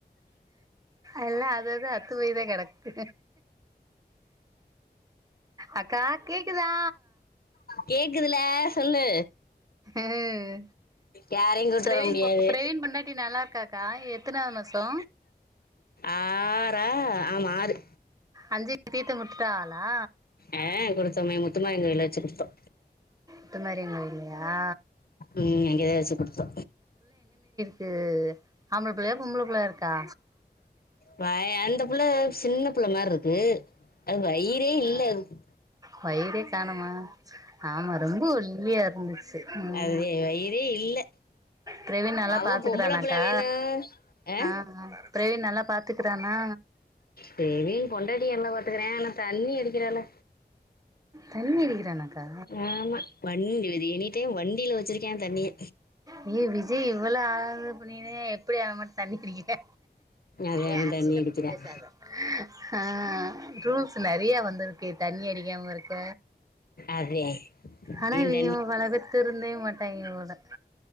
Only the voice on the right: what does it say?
அல்ல அதது அத்து போய்தா கெடக்கு அக்கா கேக்குதா
ம்
பிரவீன்
பிரவீன் பொண்டாட்டி நல்லா இருக்காக்கா எத்தனாவது மாசோ
அஞ்சுக்கு தீத்தோ குடுத்துட்டாகளா
முத்து மாரியம்மன் கோயில்லயா
தூ ஆம்பள புள்ளயா பொம்பள புள்ள இருக்கா
வயிரே காணமா ஆமா ரொம்ப ஒல்லியா இருந்துச்சு ம்
பிரவீன் நல்லா
பாத்துக்கறானாக்கா
ஆ பிரவீன் நல்லா பாத்துக்கறானா
தண்ணி அடிக்கிறானாக்கா
அய்ய விஜய் இவ்வள ஆது பண்ணனு எப்படி அவன் மட்டு தண்ணி குடிக்கிற
ஏ
அரசியல
பத்தி பேசாத ஆ ரூல்ஸ் நெறைய வந்திருக்கு தண்ணி அடிக்காம இருக்க
ஆனா
இவிங்க பல பேர் திருந்தவே மாட்டாங்கே போல